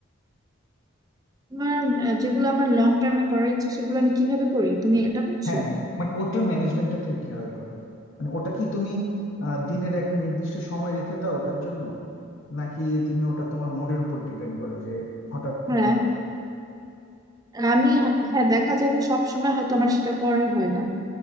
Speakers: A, on the right; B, on the left.
A: আমার আহ, যেগুলো আমার লং টার্মে করার ইচ্ছা সেগুলো আমি কিভাবে করি তুমি এটা বলছো
B: হ্যাঁ হ্যাঁ মানে ওটার ম্যানেজমেন্টটা তুমি কিভাবে করো মানে ওটা কি তুমি আহ, দিনের একটা নির্দিষ্ট সময় রেখে দাও ওটার জন্য নাকি তুমি ওটা তোমার মুডের উপর ডিপেন্ড করে যে হঠাৎ
A: হ্যাঁ
B: তোমার
A: আমি হ্যাঁ দেখা যায় যে সবসময় হয়তো আমার সেটা করা হয় না